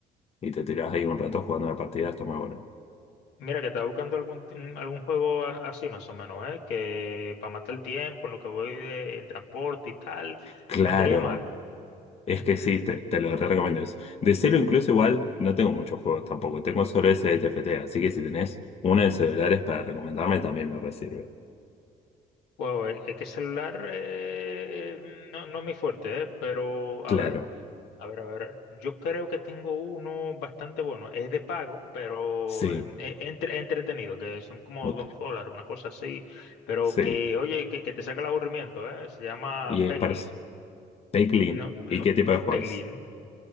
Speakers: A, on the left (about 35°); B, on the left (about 85°).
A: y te tirás ahí un rato jugando la partida, está muy bueno.
B: mira que estaba buscando algún, un- algún juego a- así más o menos, ¿eh? Que para matar el tiempo, en lo que voy de- en transporte y tal,
A: Claro,
B: no estaría mal.
A: es
B: Ujú.
A: que sí, te, te lo re recomiendo eso. De cero incluso igual no tengo muchos juegos tampoco, tengo solo ese de T F T, así que si tenés una de celulares para recomendarme también me re sirve.
B: Wow, es que celular eh, no, no es mi fuerte, ¿eh? Pero a
A: Claro,
B: ver. A ver, a ver, yo creo que tengo uno bastante bueno, es de pago, pero
A: sí,
B: eh, es entre, es entretenido, que son como
A: ok,
B: dos dólares, una cosa así, pero
A: sí.
B: que, oye, que, que te saca el aburrimiento, ¿eh? Se llama
A: Y
B: Peglin,
A: es para eso. Take Lean.
B: no, no,
A: ¿Y qué tipo de juego
B: Peglin,
A: es?